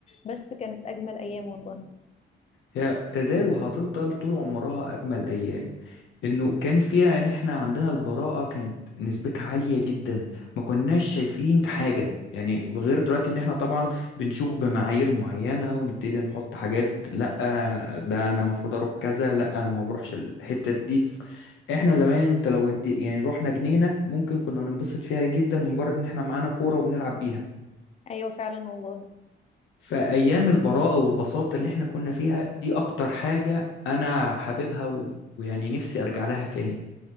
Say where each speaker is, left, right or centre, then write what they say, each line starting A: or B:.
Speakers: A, on the left (about 35°); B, on the left (about 75°).
A: بس كانت اجمل ايام والله
B: هي تزال وهتفضل طول عمرها اجمل ايام انه كان فيها ان احنا عندنا البراءة كانت نسبتها عالية جدا ما كناش شايفين حاجة يعني غير دلوقتي ان احنا طبعا بنشوف بمعايير معينة ونبتدي نحط حاجات لا ده انا المفروض اروح كذا لا انا ما بروحش الحتة دي احنا زمان انت لو ودي يعني رحنا جنينة ممكن كنا ننبسط فيها جدا ومجرد ان احنا معانا كورة وبنلعب بيها
A: ايوه فعلا والله
B: فايام البراءة والبساطة اللي احنا كنا فيها دي اكتر حاجة انا حاببها و- ويعني نفسي ارجع لها تاني